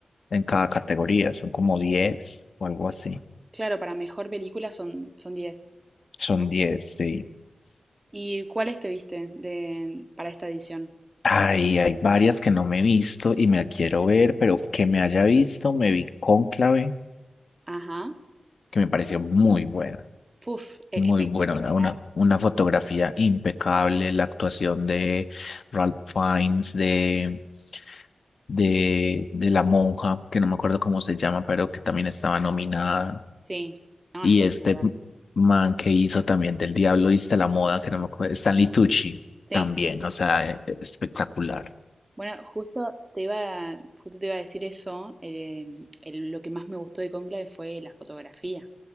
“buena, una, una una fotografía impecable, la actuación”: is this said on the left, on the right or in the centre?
Left